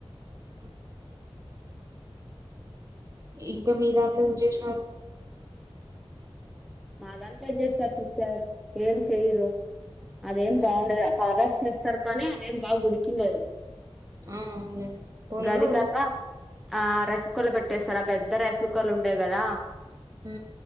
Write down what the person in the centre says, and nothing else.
మాదంతా చేస్తారు సిస్టర్ ఏం చెయరు అదేం
బాగుండదు తరస్ చేస్తారు కానీ అదేం బాగుడి కిందదు
గాది
కాకా ఆ రైస్ కుక్కర్లు పెట్టేస్తారా పెద్ద రైస్ కుక్కర్లు ఉంటాయి కదా